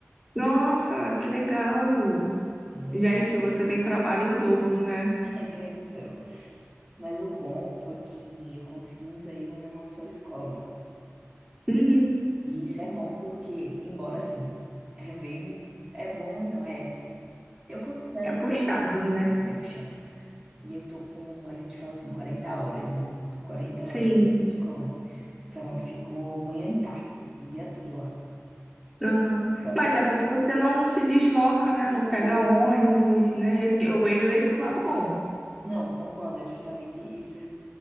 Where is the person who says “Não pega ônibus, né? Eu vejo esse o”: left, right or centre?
Centre